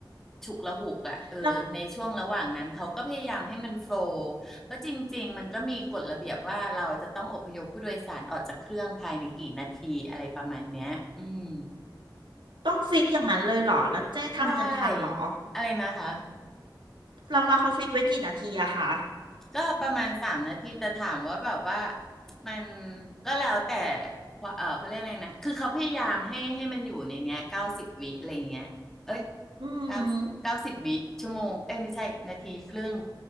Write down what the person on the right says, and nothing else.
แล้วต้องฟิกอย่างนั้นเลยเหรอแล้วเจ๊ทำกันทันเหรอ
เราเราเขาฟิกไว้กี่นาทีอะคะ
อืม